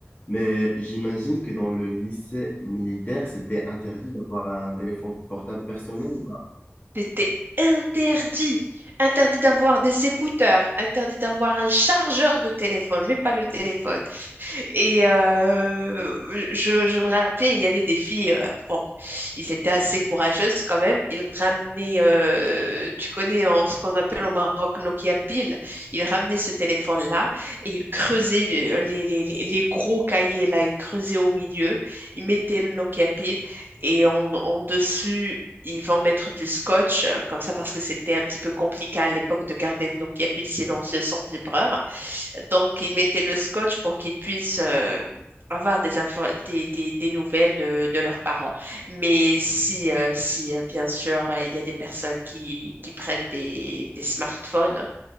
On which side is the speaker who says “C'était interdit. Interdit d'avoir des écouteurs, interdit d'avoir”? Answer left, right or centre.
Right